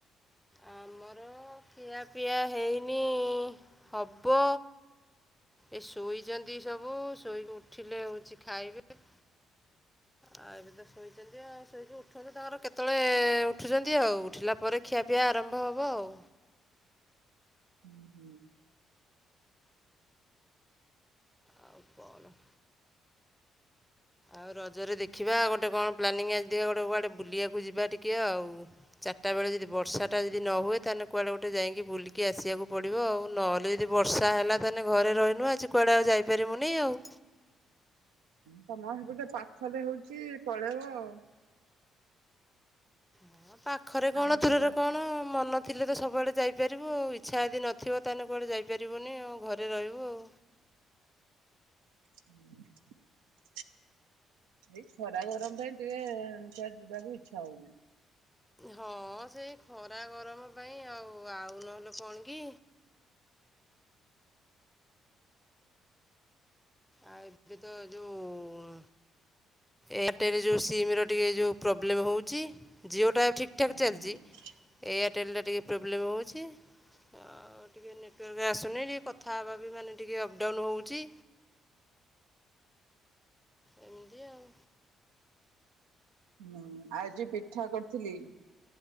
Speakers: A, in the centre; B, on the right.
A: ଆମର ଖିଆପିଆ ହେଇନି ହବ, ଏ ଶୋଇଛନ୍ତି ସବୁ ଶୋଇକି ଉଠିଲେ ହଉଛି ଖାଇବେ। ଆ ଏବେ ତ ଶୋଇଚନ୍ତି ଆଉ ଶୋଇକି ଉଠନ୍ତୁ ତାଙ୍କର କେତେବେଳେ ଉଠୁଛନ୍ତି ଆଉ ଉଠିଲା ପରେ ଖିଆ ପିଆ ଆରମ୍ଭ ହବ ଆଉ
B: ହୁଁ ହୁଁ
A: ଆଉ କଣ? ଆଉ ରଜରେ ଦେଖିବା ଗୋଟେ କଣ ପ୍ଲାନିଂ ଆଜିି ଗୋଟେ କୁଆଡେ ବୁଲିବାକୁ ଯିବା ଟିକେ ଆଉ। ଚାରିଟା ବେଳେ ଯଦି ବର୍ଷା ଟା ଯଦି ନ ହୁଏ ତାହେଲେ କୁଆଡେ ଗୋଟେ ଯାଇକି ବୁଲିକି ଆସିବାକୁ ପଡିବ ଆଉ। ନହେଲେ ଯଦି ବର୍ଷା ହେଲା ତାହେଲେ ଘରେ ରହିଲୁ ଆଜି କୁଆଡେ ଆଉ ଯାଇପାରିବୁନି ଆଉ।
B: ତମ ହେପଟେ ପାଖରେ ହଉଛି ପଳେଇବ ଆଉ।
A: <unintelligible> ପାଖରେ କଣ
B: ଆମେ
A: ଦୂରରେ
B: ତ କୁଆ
A: କଣ ମନ ଥିଲେ ତ ସବୁଆଡ଼େ ଯାଇପାରିବୁ ଆଉ ଇଚ୍ଛା ଯଦି ନଥିବ ତାହେଲେ କୁଆଡ଼େ ଯାଇପାରିବୁନି ଆଉ। ଘରେ ରହିବୁ ଆଉ।
B: <inaudible> ଏଇ ଖରା ଗରମ ପାଇଁ ଟିକେ କୁଆଡ଼େ ଯିବାକୁ ଇଚ୍ଛା ହଉନି।
A: ହଁ ସେଇ ଖରା ଗରମ ପାଇଁ ଆଉ। ଓ ଆଉ ନହେଲେ କଣ କି? ଆଉ ଏବେ ତ ଯୋଉ ଏୟାରଟେଲ ଯୋଉ ସିମ ର ଟିକେ ଯୋଉ ପ୍ରୋବ୍ଲେମ ହଉଛି ଜିଓ ଟା ଠିକ୍ ଠାକ୍
B: ହୁଁ
A: ଚାଲିଚି ଏୟାରଟେଲ୍ ଟା ଟିକେ ପ୍ରୋବ୍ଲେମ୍ ହଉଚି, ଆଉ ଟିକେ ନେଟୱାର୍କ ଆସୁନି ଟିକେ କଥା ହେବା ବି ମାନେ ଟିକେ ଅପଡ଼ାଉନ୍ ହଉଛି। ଏମିତି ଆଉ।
B: ହୁଁ ଆଜି ପିଠା କରିଥିଲି।